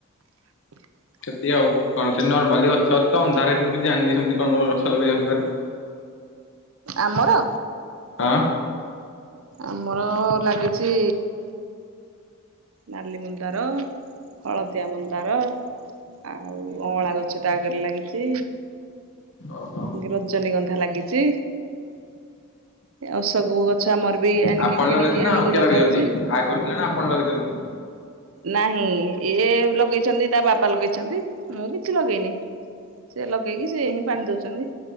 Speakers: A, on the right; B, on the left.
A: ହ
B: ସେତିି ଆଉ କଣ ସେ ନର୍ମାଲି ଗଛ ଅଛି ତ ଅନ୍ଧାରରେ ମୁଁ କିଛି ଜାଣିନି ସେମତି କଣ କଣ ଗଛ ଲଗେଇଛନ୍ତି ଘରେ?
A: ଆମର?
B: ହଁ।
A: ଆମର ଲାଗିଛି ନାଲି ମନ୍ଦାର ହଳଦିଆ ମନ୍ଦାର। ଆଉ ଅଁଳା ଗଛ ଟା ଆଗରେ ଲାଗିଛି।
B: ଓହୋ।
A: ରଜନୀଗନ୍ଧା ଲାଗିଛି ଅଶୋକ ଗଛ ଆମର ବି ଆଣିକି
B: ଆପଣ
A: କିଣିକି
B: ଲଗେଇଛନ୍ତି ନା
A: ଆଣିକି
B: ଆଉ କିଏ
A: ଲଗା
B: ଲଗେଇଛନ୍ତି
A: ହେଇଛି।
B: ଆଗରୁ ଥିଲେ ନା ଆପଣ ଲଗେଇଛନ୍ତି?
A: ନାହିଁ ଇଏ ଲଗେଇଛନ୍ତି ତା ବାବା ଲଗେଇଛନ୍ତି ମୁଁ କିଛି ଲଗେଇନି। ସେ ଲଗେଇକି ସେ ହିଁ ପାଣି ଦଉଛନ୍ତି